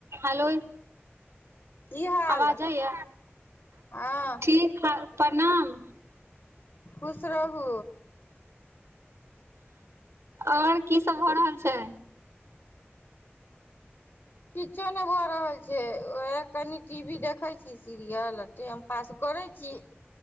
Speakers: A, on the right; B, on the left.
A: हेलो
B: की हाल
A: आवाज जैयऽ
B: हँ
A: ठीक हइ प्रणाम
B: खुश रहू
A: आऔर की सब भ रहल छै
B: किछो नहि भऽ रहल छै उएह कनि टी वी देखैत छी सीरियल आ टाइम पास करैत छी